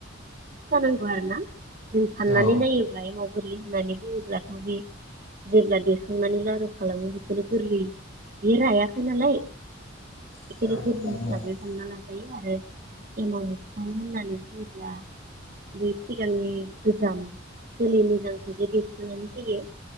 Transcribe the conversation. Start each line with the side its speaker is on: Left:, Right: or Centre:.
Right: जानांगौ आरोना जों साननानै
Left: औ
Right: नायोब्ला एमाव गोरलै होननानै बुङोब्लाथ' बे जेब्ला देखांनानै लारु खालामो बेखोनो गोरलै। बेयो रायाखै नालाय
Left: औ
Right: एखायनो गोरलै
Left: नंगौ
Right: हिसाबै हमना लाजायो आरो एमाव मोखां होननानै बुङोब्ला। बे सिगांनि गोजाम जोलै मोजांखौ जे देसोनानै होयो।